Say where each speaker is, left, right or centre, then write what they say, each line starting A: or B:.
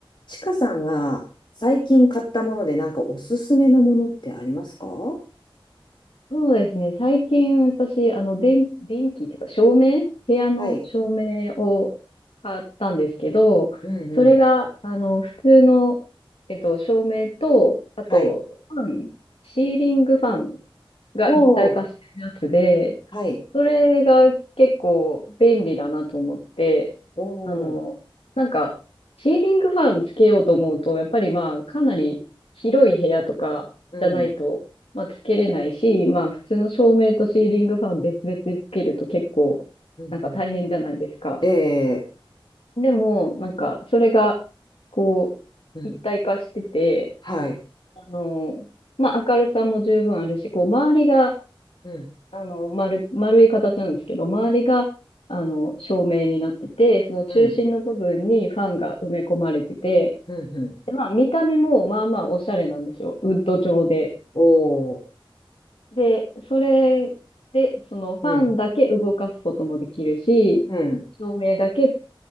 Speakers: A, on the left; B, on the left.
A: ちかさんは最近買ったものでなんかおすすめのものってありますかは
B: そうですね。最近私、あの、電、電気っていうか照明、部屋の照明を買ったんですけど、
A: い。うんうん。
B: それが、あの、普通の、えっと、照明と、あと、
A: はい。
B: ファン、シーリングファンが一体化してるやつで、
A: おー。はい。
B: それが結構便利だなと思って、
A: おー。
B: あの、なんか、シーリングファンつけようと思うと、やっぱりまあ、かなり広い部屋とかじゃないと、
A: うん。
B: まあ、つけれないし、まあ、普通の照明とシーリングファン別々でつけると結構、
A: うんうん。
B: なんか大変じゃないですか。
A: ええ
B: でも、なんか、それが、こ
A: ー。うん。
B: う、一体化してて、
A: はい。
B: あの、まあ、明るさも十分あるし、こう、周りが、
A: うん。
B: あの、丸、丸い形なんですけど、周りが、あの、照明になってて、その中心の部分にファンが埋め込まれてて、
A: うん。うんうん。
B: で、まあ、見た目もまあまあおしゃれなんですよ。ウッド調で。
A: おー。
B: で、それで、そのファンだけ動かすこともできるし、
A: うん。うん。
B: 照明だけ